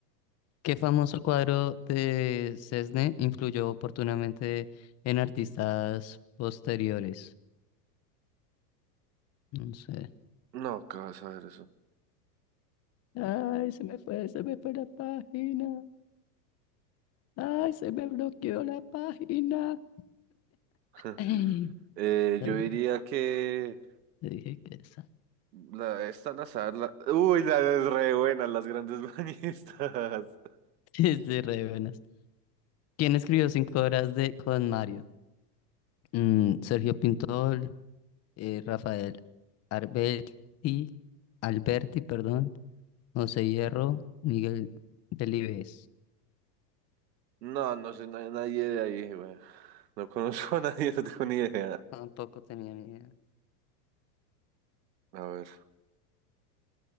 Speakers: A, on the left; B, on the right.
A: ¿Qué famoso cuadro de Cesne influyó oportunamente en artistas posteriores? No sé.
B: No, ¿qué vas a ver eso?
A: Ay, se me fue, se me fue la página. Ay, se me bloqueó la página.
B: <laughs>
A: Ay,
B: Eh,
A: las-
B: yo diría que
A: te dije que esa. <laughs>
B: la, esta al azar, la, uy, la es re buena, las grandes <laughs> bañistas.
A: Sí, sí, re buenas. ¿Quién escribió cinco horas de Con Mario? Mm, Sergio Pintor, eh, Rafael Alberti, Alberti, perdón, José Hierro, Miguel Delibes.
B: No, no sé, no hay nadie de ahí, güey. No conozco a nadie, <laughs> no tengo ni idea.
A: Tampoco tenía ni idea.
B: A ver,